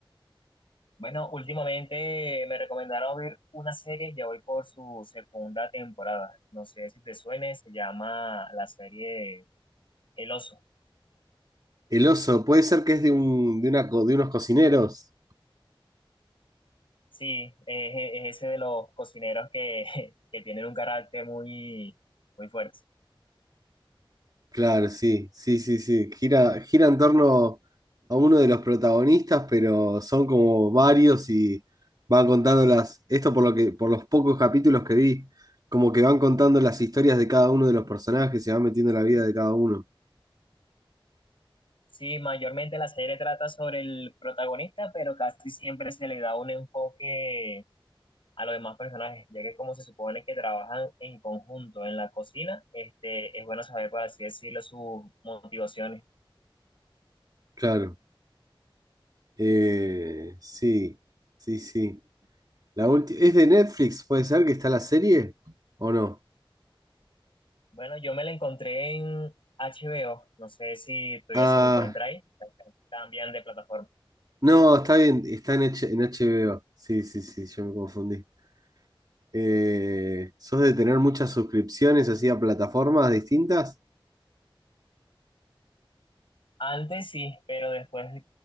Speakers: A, on the left (about 65°); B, on the right (about 45°).
A: Bueno, últimamente me recomendaron ver una serie, ya voy por su segunda temporada. No sé si te suene, se llama la serie El Oso.
B: El oso, puede ser que es de, un, de, una, co- de unos cocineros.
A: Sí, es, es ese de los cocineros que, <laughs> que tienen un carácter muy, muy fuerte.
B: Claro, sí, sí, sí, sí. Gira, gira en torno a uno de los protagonistas, pero son como varios y van contando las, esto por lo que, por los pocos capítulos que vi, como que van contando las historias de cada uno de los personajes, se van metiendo en la vida de cada uno.
A: Sí, mayormente la serie trata sobre el protagonista, pero casi siempre se le da un enfoque a los demás personajes, ya que como se supone que trabajan en conjunto en la cocina, este, es bueno saber, por así decirlo, sus motivaciones.
B: Claro, eh, sí, sí, sí. La ulti- ¿Es de Netflix? ¿Puede ser que está la serie? ¿O no?
A: Bueno, yo me la encontré en HBO, no sé si todavía
B: Ah,
A: se encuentra ahí, cambian de plataforma.
B: no, está bien, está en, H- en HBO. Sí, sí, sí, yo me confundí. Eh, ¿sos de tener muchas suscripciones así a plataformas distintas?
A: Antes sí, pero después